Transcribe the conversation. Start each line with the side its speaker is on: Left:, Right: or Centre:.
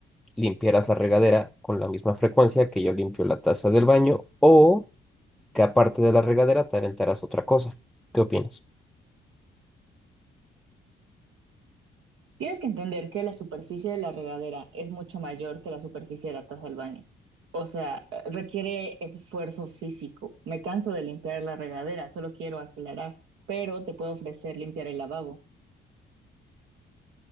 Centre: limpiaras la regadera con la misma frecuencia que yo limpio la taza del baño o que aparte de la regadera te aventaras otra cosa. ¿Qué opinas?
Right: Tienes que entender que la superficie de la regadera es mucho mayor que la superficie de la taza del baño. O sea, eh, requiere esfuerzo físico. Me canso de limpiar la regadera, solo quiero aclarar, pero te puedo ofrecer limpiar el lavabo.